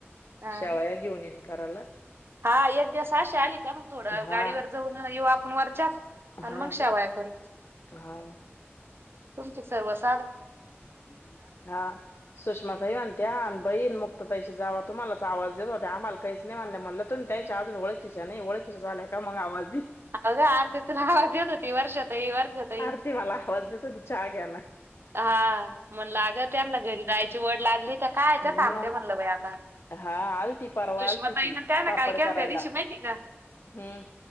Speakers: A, on the right; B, on the left.
A: हा
B: शावया घेऊन ये कराला
A: हा एक दिवस अशी आली का मग थोडं
B: हा
A: गाडीवर जाऊन येऊ आपण वर चात
B: हा
A: आणि मग शावाया करु
B: हा
A: तुमचे सर्वस
B: <unintelligible> हा सुषमाताई म्हणते त्या बहीण मुक्ता ताईच्या जावा तुम्हालाच आवाज देत होता आम्हाला काहीच नाही म्हणले म्हणलं तुम्ही त्याच्या अजून ओळखीच्या नाही ओळखीच्या झाल्या का मग आवाज दिल.
A: अगं! आरती तुला ना आवाज येत होती वर्षाताई, वर्षाताई.
B: आरती मला आवाज देत होती चहा घ्या ना
A: हा.. म्हणलं त्यांना घरी जायची ओढ लाग <unintelligible> काय त्या
B: मग
A: थांबते म्हणलं बाई आता
B: हा आलती परवा
A: सुष्माताईन
B: आलती ती
A: त्या ना
B: पापड
A: काय केलं
B: करायला
A: त्या दिशी माहिती का?
B: हम्म